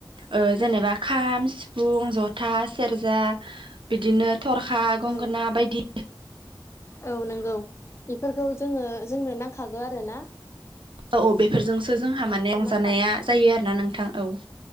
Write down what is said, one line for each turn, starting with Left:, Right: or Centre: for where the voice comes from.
Right: ओ जेनेबा खाम सिफुं था सेरजा बिदिनो थरखा गंगोना
Left: औ
Right: बायदि
Left: औ नंगौ इफोरखौ जोङो जोंनो नांखागो आरो ना
Right: औ औ बेफोरजोंसो जोंहा माने रंजानाया
Left: नांखागौ
Right: जायो आरो ना नोंथां औ